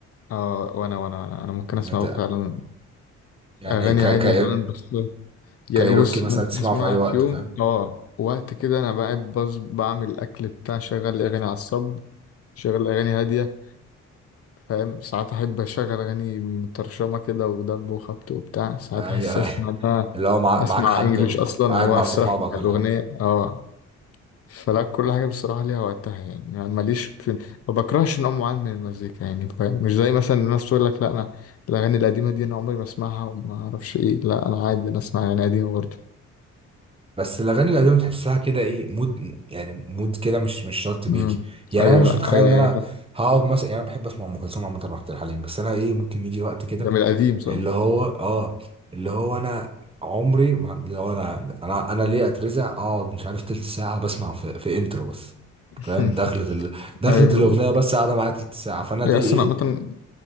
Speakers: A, on the left (about 50°); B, on the right (about 20°).
A: اه وانا وانا وانا انا ممكن اسمع
B: نت-
A: فعلا
B: يعني
A: اغاني
B: ك...
A: هادية
B: ك...
A: فعلا بس يعني
B: كايروكي
A: بص
B: مثلا
A: ممكن
B: تسمعه
A: اسمعها
B: في اي وقت
A: في يوم
B: فاهم
A: اه وقت كده انا بقى بص بعمل الاكل بتاع شغل اغاني على الصب شغل اغاني هاديه فاهم ساعات احب اشغل اغاني مترشمه كده ودب وخبط وبتاع ساعات
B: ايوه
A: احس اسمع
B: ايوه
A: ده
B: اللي هو مع...
A: اسمع
B: معاك حد
A: انجليش اصلا
B: قاعد
A: واسرح
B: مع صحابك
A: مع
B: ولا
A: الاغنيه
B: حاجه
A: اه فلا كل حاجه بصراحه ليها وقتها يعني يعني ماليش في ما بكرهش نوع معين من المزيكا يعني فاهم مش زي مثلا الناس تقول لك لا انا الاغاني القديمه دي انا عمري ما اسمعها وما اعرفش ايه لا انا عادي انا اسمع اغاني قديمه برضه
B: بس الاغاني القديمه تحسها كده ايه مود يعني مود كده مش مش شرط بيجي
A: امم
B: يعني
A: ايوه
B: انا مش
A: لا
B: متخيل
A: ايوه
B: ان
A: ايوه
B: انا
A: فاهم.
B: هقعد مثلا يعني انا بحب اسمع ام كلثوم عامه وعبد الحليم بس انا ايه ممكن يجي وقت كده
A: ده من القديم صح؟
B: اللي هو اه اللي هو انا عمري ما اللي هو انا انا انا ليه اترزع اقعد مش عارف تلت ساعه بسمع في, في انترو بس
A: <laughs>
B: فاهم دخلت ال... دخلت
A: ايوه
B: الاغنيه بس قاعده معايا تلت ساعه فانا
A: هي
B: دي
A: اصلا
B: ايه
A: مثلا